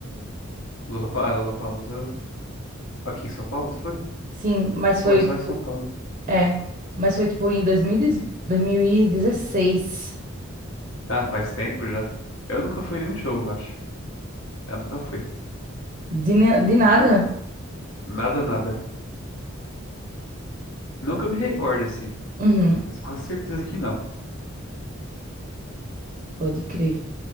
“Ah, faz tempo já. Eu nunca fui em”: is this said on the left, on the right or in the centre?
Left